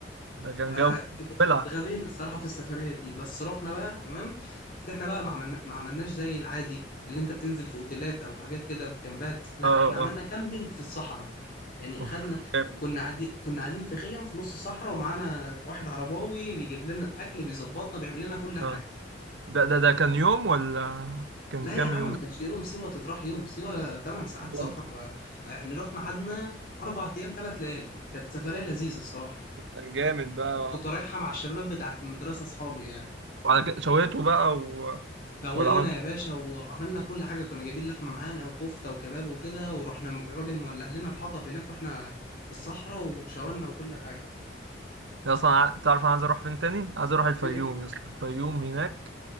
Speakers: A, on the right (about 80°); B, on the left (about 50°).
A: ده كان
B: فاتغبينا
A: جو بلع اه
B: الصراحه في السفريه دي بس رحنا بقى تمام بس احنا بقى ما عملنا ما عملناش زي العادي اللي انت بتنزل في اوتيلات او حاجات كده في كامبات لا
A: اه
B: احنا عملنا
A: اه
B: كامبينج في الصحراء يعني
A: اوف
B: اخدنا
A: جامد.
B: كنا قاعدين كنا قاعدين في خيم في نص الصحراء ومعانا واحد عرباوي بيجيب لنا الاكل بيظبطنا بيعمل لنا كل حاجه
A: آه. ده ده ده كان يوم ولا كان
B: لا
A: كام
B: يا عم
A: يوم؟
B: ما كانش يوم سيوه تتراح يوم سيوه 8 ساعات
A: جامد.
B: سفر آه، يعني رحنا قعدنا اربع ايام ثلاث ليالي كانت سفريه لذيذه الصراحه
A: كان جامد بقى
B: كنت رايحه مع الشباب بتاعت المدرسه اصحابي يعني
A: وعلى كده شويته بقى و...
B: سوينا
A: ولا عملت
B: يا باشا وعملنا كل حاجة كنا جايبين لحمة معانا وكفتة وكباب وكده ورحنا م- الراجل مولع لنا الحطب هناك واحنا في الصحراء وشاورنا وكل حاجة
A: يا اصلا ع- تعرف انا عايز اروح فين تاني؟ عايز اروح الفيوم
B: ايه
A: يا اسطى الفيوم هناك